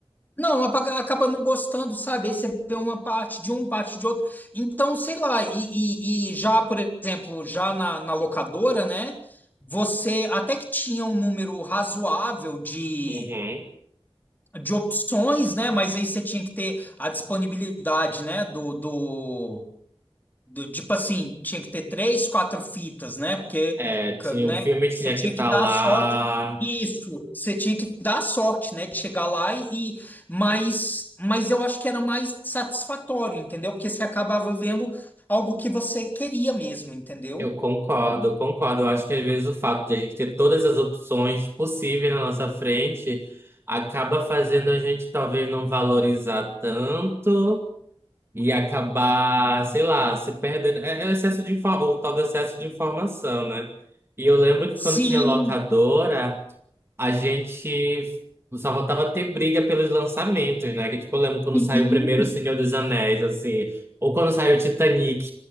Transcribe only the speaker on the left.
Não, apa- acaba não gostando, sabe? Aí você vê uma parte de um, parte de outro. Então, sei lá, e, e, e já, por exemplo, já na, na locadora, né? Você até que tinha um número razoável de
de opções, né? Mas aí você tinha que ter a disponibilidade, né? Do, do, do- tipo assim, tinha que ter três, quatro fitas, né? Porque,
ca-
né?
Você tinha
que dar
sorte. Isso, você tinha que dar sorte, né? De chegar lá e, e- mas, mas eu acho que era mais satisfatório, entendeu? Porque você acabava vendo algo que você queria mesmo, entendeu?
Sim,
sim.